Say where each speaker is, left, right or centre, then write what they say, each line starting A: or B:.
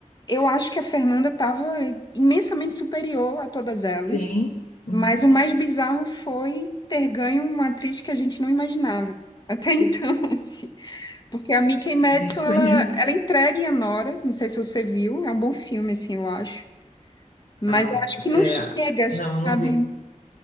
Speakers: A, on the left; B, on the left.
A: eu acho que a Fernanda tava imensamente superior a todas elas.
B: Sim, uhum.
A: Mas o mais bizarro foi ter ganho uma atriz que a gente não imaginava. Até então, <laughs> assim. Porque a Mikey Madison,
B: Nem conheço.
A: ela, ela entrega em Anora. Não sei se você viu. É um bom filme, assim, eu acho. Mas
B: Ah,
A: eu acho que não
B: é,
A: chega, sabe?
B: não, não vi.